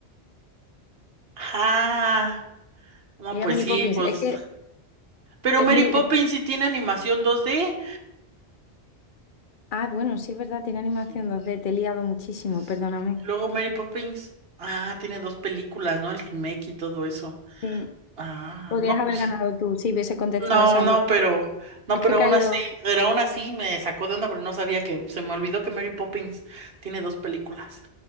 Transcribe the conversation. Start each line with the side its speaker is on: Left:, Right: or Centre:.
Right: Ah, no,
Left: Era
Right: pues
Left: Mary
Right: sí,
Left: Poppins.
Right: pues.
Left: Es que
Right: Pero
Left: es
Right: Mary
Left: mi...
Right: Poppins
Left: es-
Right: sí tiene animación 2D.
Left: Ah, bueno, sí es verdad, tiene animación
Right: Sí.
Left: 2D. Te he liado muchísimo,
Right: Sí.
Left: perdóname.
Right: Y Luego Mary Poppins, ah, tiene dos películas, ¿no? El remake y todo eso.
Left: Sí,
Right: Ah,
Left: podrías
Right: no,
Left: haber
Right: pues,
Left: ganado tú si hubiese contestado
Right: no,
Left: esa
Right: no,
Left: bien.
Right: pero, no,
Left: Es
Right: pero
Left: que he caído
Right: aún así, pero aún así me sacó de onda, pero no sabía que, se me olvidó que Mary Poppins tiene dos películas.